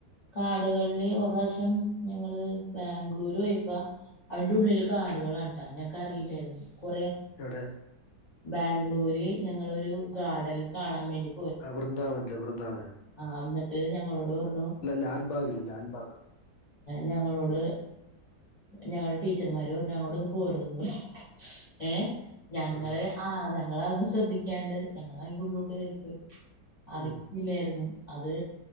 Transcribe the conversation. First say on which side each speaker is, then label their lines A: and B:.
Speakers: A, on the left; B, on the left.
A: കാർഡുകളില് ഒരാ പ്രാവശ്യം ഞങ്ങള് ബാങ്ക് ബംഗ്ളൂരു ആയപ്പ അവറെ ഉള്ളിലേക്ക് കാടുകളാണ്ടാ ഞങ്ങക്ക് അറിയില്ലായിരുന്നു കൊറേ
B: എവിടെ
A: ബാംഗ്ലൂര് ഞങ്ങളരു ഗാർഡനിൽ കാണാൻ വേണ്ടി
B: ആ വൃന്ദാവനല്ലേ വൃന്ദാവനൻ
A: ആഹ എന്നിട്ട് ഞങ്ങളോട് പറഞ്ഞു
B: ലാൽബാഗില് ലാൽബാഗ്
A: ഞങ്ങളോട് ഞങ്ങളുടെ ടീച്ചർമാരും അങ്ങോട ഒന്നും പോകരുതന്നു ഏഹ ഞങ്ങള്
B: ഉം
A: ആഹ് ഞങ്ങളതൊന്നന്ന് ശ്രദ്ധിക്കാണ്ട് ഞങ്ങ അതിന്റെ ഉള്ളിലോട്ട് കേയറി പോയി അറി
B: ഉം
A: ഇല്ലായിരുന്നു അത്